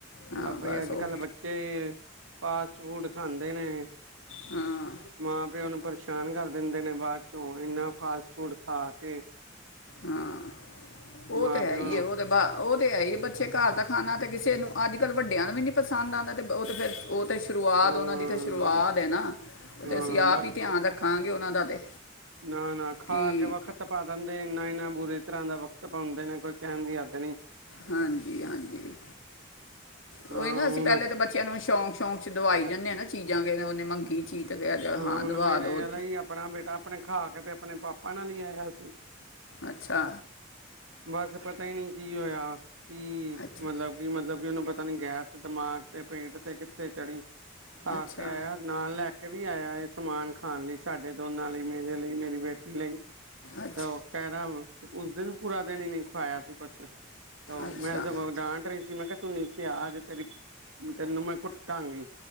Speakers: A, on the left; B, on the right.
A: ਹਾਂ
B: ਬਾਬਾ
A: ਬਸ
B: ਜੀ ਅੱਜ
A: ਉਹ
B: ਕੱਲ ਬੱਚੇ ਬੱਚ ਫਾਸਟਫੂਡ ਖਾਂਦੇ ਨੇ।
A: ਹਾਂ
B: ਮਾਂ ਪਿਓ ਨੂੰ ਪਰੇਸ਼ਾਨ ਕਰ ਦਿੰਦੇ ਨੇ ਬਾਅਦ ਚੋਂ ਇੰਨਾ ਫਾਸਟ ਫੂਡ ਖਾ ਕੇ।
A: ਹਾਂ ਉਹ
B: ਮਾਂ
A: ਤੇ ਹੈ
B: ਪਿਓ
A: ਹੀ
B: ਨੂੰ
A: ਹੈ ਉਹ ਤੇ ਬਾਾਹ ਉਹ ਤਾਂ ਹੈ ਹੀ ਬੱਚੇ ਘਰ ਦਾ ਖਾਣਾ ਅਤੇ ਕਿਸੇ ਨੂੰ ਅੱਜ ਕੱਲ੍ਹ ਵੱਡਿਆਂ ਨੂੰ ਵੀ ਨਹੀਂ ਪਸੰਦ ਆਉਂਦਾ ਅਤੇ ਉਹ ਤਾਂ ਫਿਰ ਉਹ ਤਾਂ ਸ਼ੁਰੂਆਤ
B: ਹਾਂ
A: ਉਹਨਾਂ ਦੀ ਤਾਂ ਸ਼ੁਰੂਆਤ ਹੈ ਨਾ ਉਹ
B: ਹਾਂ
A: ਤੇ ਅਸੀਂ ਆਪ ਹੀ ਧਿਆਨ ਰੱਖਾਂਗੇ ਉਹਨਾਂ ਦਾ ਤੇ
B: ਨਾ-ਨਾ ਖਾ
A: ਕਿ
B: ਕੇ ਵਖਤ ਪਾ ਦਿੰਦੇ ਇਨਾ-ਇੰਨਾ ਬੁਰਰੀ ਤਰ੍ਹਾਂ ਦਾ ਵਕਤ ਪਾਉਂਦੇ ਨੇ ਕੋਈ ਕਹਿਣ ਦੀ ਹੱਦ ਨੀ
A: ਹਾਂਜੀ-ਹਾਂਜੀ
B: ਹਾਂ
A: ਉਹੀ ਨਾ ਅਸੀਂ
B: ਹੁਣ
A: ਪਹਿਲੇ ਤਾਂ ਬੱਚਿਆਂ ਨੂੰ ਸ਼ੌਕ ਸ਼ੌਂਕ ਦਵਾਈ ਜਾਂਿੰਦੇ ਨਾ ਚੀਜ਼ਾਂ ਕ ਉਹਨੇ ਮੰਗੀ ਚੀਜ਼ ਕ ਹਾਂ
B: ਹੁਣ
A: ਦਵਾ
B: ਮੇਰੇ
A: ਦੋ।
B: ਆਲਾ ਹੀ ਆਪਣਾ ਬੇਟਾ ਆਪਣੇ ਖਾ ਕੇ ਤੇ ਆਪਣੇ ਪਾਪਾ ਨਾਲ ਹੀ ਆਇਆ ਸੀ।
A: ਅੱਛਾ
B: ਬਸ ਪਤਾ ਹੀ ਨਹੀਂੀ ਕੀ ਹੋਇਆ ਕੀ
A: ਅੱਛਾ
B: ਮਤਲਬ ਕੀ ਮਤਲਬ ਵੀ ਉਹਨੂੰ ਪਤਾ ਨੀ ਗੈਸ ਦਿਮਾਗ ਤੇ ਪੇਟ ਤੇ ਕਿੱਥੇ ਚੜੀ ਖਾ
A: ਅੱਛਾ
B: ਕੇ ਆਇਆ। ਨਾਲ ਲੈ ਕੇ ਵੀ ਆਇਆ ਇਹ ਸਮਾਨ ਖਾਣ ਲਈ ਸਾਡੇ ਦੋਨਾਂ ਲਈ ਮੇਰੇ ਲਈ ਮੇਰੀ ਬੇਟੀ ਲਈ
A: ਅੱਛਾ
B: ਤੇ ਉਹ ਕਹਿਰਾ ਉਸ ਦਿਨ ਪੂਰਾ ਦਿਨ ਹੀ ਨਹੀਂ ਖਵਾਇਆ ਸੀ ਕੁਛ
A: ਅੱਛਾ
B: ਮੈਂ ਤੇ ਡਾਂਟ ਰਹੀ ਸੀ ਮੈਂ ਕਿਹਾ ਤੂੰ ਨੀਥੇ ਆਜੇ ਤੇਰੀ ਤੈਨੂੰ ਮੈਂ ਕੁੱਟਾਂਗੀ।